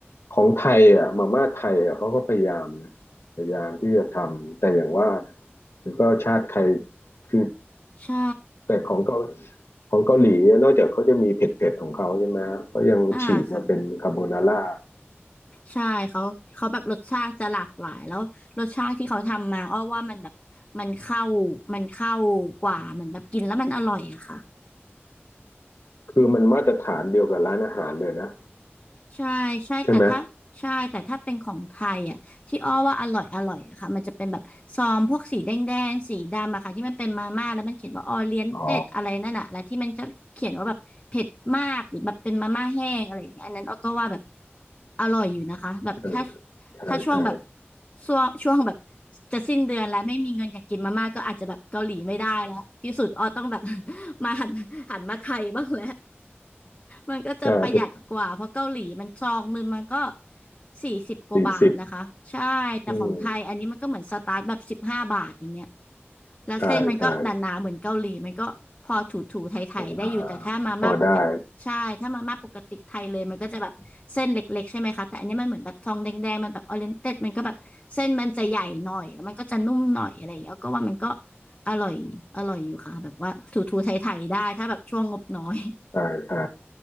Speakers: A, on the left; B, on the left.
A: ของไทยอ่ะมาม่าไทยอ่ะเขาก็พยายามนะพยายามที่จะทำแต่อย่างว่านะมันก็ชาติใครคือ
B: ใช่
A: แต่ของเกาของเกาหลีอะนอกจากเขาจะมีเผ็ดๆของเขาใช่ไหมเขายังฉีกมาเป็นคาโบนาร่า
B: อ่าค่ะใช่เขาเขาแบบรสชาติจะหลากหลายแล้วรสชาติที่เขาทำมาอ้อว่ามันแบบมันเข้ามันเข้ากว่าเหมือนแบบกินแล้วมันอร่อยอะค่ะ
A: คือมันมาตรฐานเดียวกับร้านอาหารเลยนะ
B: ใช่ใช่แต่ถ้าใช่แต่ถ้าเป็นของไทยอ่ะที่อ้อว่าอร่อยอร่อยอะค่ะมันจะเป็นแบบซองพวกสีแดงแดงสีดำอะค่ะที่มันเป็นมาม่าแล้วมันเขียนว่าออเรียนเต็ดอะไรนั่นอะแล้วที่มันจะเขียนว่าแบบเผ็ดมากหรือแบบเป็นมาม่าแห้งอะไรอย่างเงี้ยอันนั้นอ้อก็ว่าแบบ
A: ใช่ไหมอ๋อ
B: อร่อยอยู่นะคะแบบถ้า
A: เออใช่ใช่
B: ถ้าช่วงแบบช่วงช่วงแบบจะสิ้นเดือนแล้วไม่มีเงินอยากกินมาม่าก็อาจจะแบบเกาหลีไม่ได้แล้วพิสูจน์อ้อต้องแบบ <laughs> มาหันหันมาไทยบ้างแล้ว มันก็จะประหยัดกว่าเพราะเกาหลีมันซองหนึงมันก็
A: ใช่
B: สี่สิบกว่าบาทนะคะใช่
A: สี่สิบ
B: แต่ของไทยอันนี้มันก็เหมือนสตาร์ทแบบสิบห้าบาทอย่างเงี้ย
A: อืม
B: แล้วเส้นมันก็หนาๆเหมือนเกาหลีมันก็พอถูๆไทยๆได้อยู่แต่ถ้ามาม่าปกติใช่ถ้ามาม่าปกติไทยเลยมันก็จะแบบเส้นเล็กๆใช่ไหมคะแต่อันนี้มันเหมือนแบบทองแดงๆมันแบบออเรนเต็ดมันก็แบบเส้นมันจะใหญ่หน่อยแล้วมันก็จะนุ่มหน่อยอะไรอย่างเงี้ยก็ว่ามันก็
A: ใช่ใช่อ่าพอได้
B: อร่อยอร่อยอยู่ค่ะแบบว่าถูๆไทยๆได้ถ้าแบบช่วงงบน้อย
A: ใช่ใช่